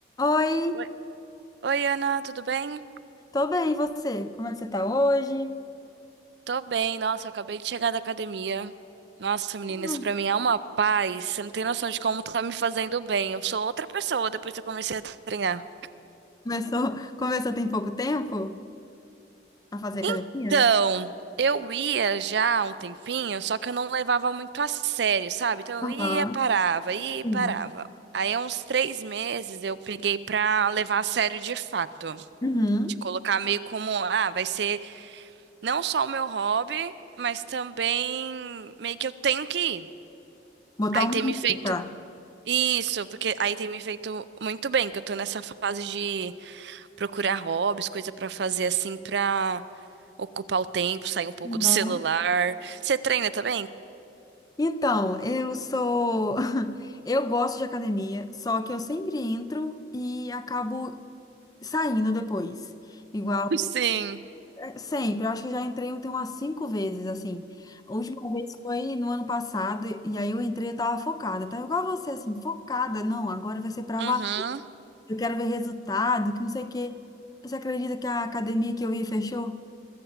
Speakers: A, on the left; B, on the right.
A: Oi,
B: Oi, Oi, Ana, tudo bem?
A: tô bem, e você? Como é que você tá hoje?
B: Tô bem, nossa, acabei de chegar da academia. Nossa, menina,
A: Hum.
B: isso pra mim é uma paz. Você não tem noção de como tá me fazendo bem. Eu sou outra pessoa depois que eu comecei a treinar.
A: Começou, começou tem pouco tempo a fazer academia?
B: Então, eu ia já há um tempinho, só que eu não levava muito a sério, sabe? Então
A: Aham,
B: eu ia, parava, ia
A: sim.
B: e parava. Aí, há uns três meses, eu peguei pra levar a sério de fato.
A: Uhum.
B: De colocar meio como, ah, vai ser. não só o meu hobby, mas também meio que eu tenho que ir.
A: Botar
B: Aí
A: uma
B: tem me feito
A: meta.
B: isso, porque aí tem me feito muito bem, que eu tô nessa fase de procurar hobbies, coisa pra fazer assim pra ocupar o tempo, sair um pouco do celular.
A: Aham.
B: Você treina também?
A: Então, eu sou. <laughs> Eu gosto de academia, só que eu sempre entro e acabo saindo depois. igual.
B: Sim.
A: Sempre, eu acho que eu já entrei tem umas cinco vezes, assim. A última vez foi no ano passado, e aí eu entrei, eu tava focada, tá igual você, assim, focada. Não, agora vai ser pra
B: Uhum.
A: valer, eu quero ver resultado, que não sei o quê. Você acredita que a academia que eu ia fechou?